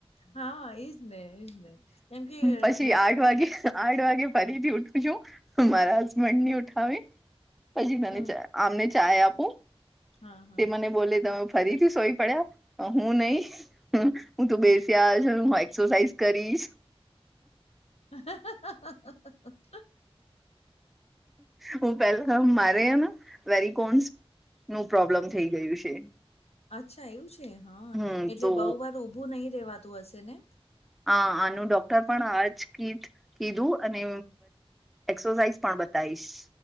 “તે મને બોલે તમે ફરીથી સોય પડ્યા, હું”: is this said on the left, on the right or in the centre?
Centre